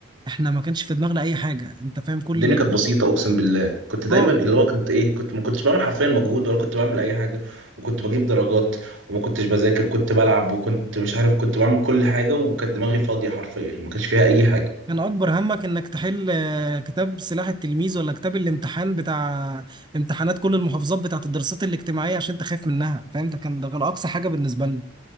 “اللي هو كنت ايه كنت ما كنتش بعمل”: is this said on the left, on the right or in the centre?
Right